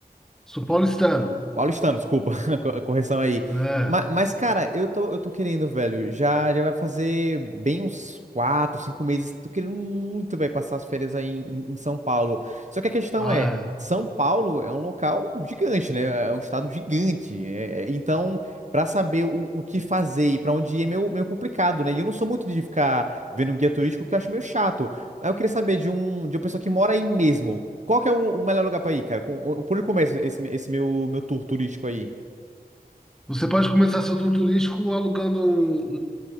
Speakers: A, in the centre; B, on the right.
A: Sou paulistano.
B: Paulistano, desculpa, <laughs> co- correção aí.
A: É.
B: Ma- Mas, cara, eu tô, eu tô querendo, velho. Já, já vai fazer bem uns quatro, cinco meses. Tô querendo muito, velho, passar as férias aí em, em- em São Paulo. Só que a questão
A: Ah,
B: é,
A: é.
B: São Paulo é um local gigante, né? É um estado gigante. É- é- então, pra saber o, o que fazer e pra onde ir é meio, meio complicado, né? E eu não sou muito de ficar vendo um guia turístico, que eu acho meio chato. Aí eu queria saber de um, de uma pessoa que mora aí mesmo. Qual que é o, o melhor lugar pra ir, cara? Com- o- Por onde começa esse, esse meu, meu tour turístico aí?
A: Você pode começar seu tour turístico alugando um,